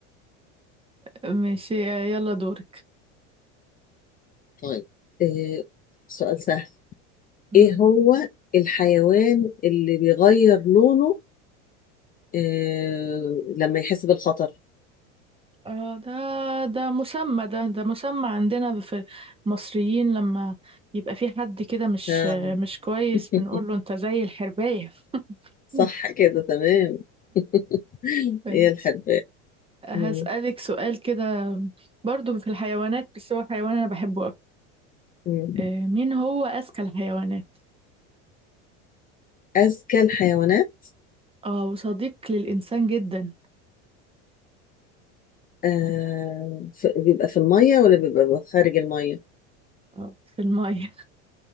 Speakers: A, on the right; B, on the left.
A: ماشي يلا دورك
B: طيب آه، سؤال سهل
A: مم.
B: إيه هو الحيوان اللي بيغير لونه آه، لما يحس بالخطر
A: اه ده ده مسمى ده ده مسمى عندنا في المصريين لما يبقى في حد كده مش
B: فعلا
A: مش كويس
B: <laughs>
A: بنقول له انت زي الحرباية
B: صح
A: <laughs>
B: كده تمام <laughs>
A: ماشي
B: هي الحرباء
A: هسألك
B: مم.
A: سؤال كده برضو في الحيوانات بس هو حيوان انا بحبه
B: مم.
A: آه، مين هو أذكى الحيوانات؟
B: أذكى الحيوانات
A: اه وصديق للإنسان جدا
B: آه، في- بيبقى في المية ولا بيبقى خارج المية؟
A: آه، في المية